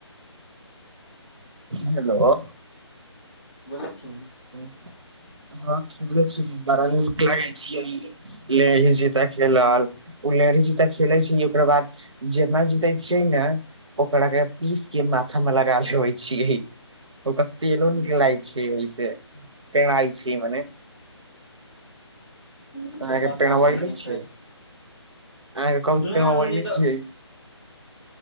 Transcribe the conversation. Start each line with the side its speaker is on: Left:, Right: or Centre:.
Right: हेलो
Centre: बोैल छी
Right: ब हँ खेल छी बड़ा नीक लागै छी लेहि जता खेलल ऊ जी खेले छै ओकरा बाद जेितना जीते छै ने ओकरा के पीस के माथा लगा लेबे छै ओकर तेलो
Centre: हूँ
Right: निक लागे छैे छी मने
Centre: ई
Right: अहाके
Centre: सब बात
Right: पेड़बे
Centre: अहाँके
Right: ले
Centre: नहि कहै
Right: छिय
Centre: छी
Right: अहाँ के करू
Centre: नहि
Right: तेल पेरबेने
Centre: हमनी तऽ
Right: ‌छिये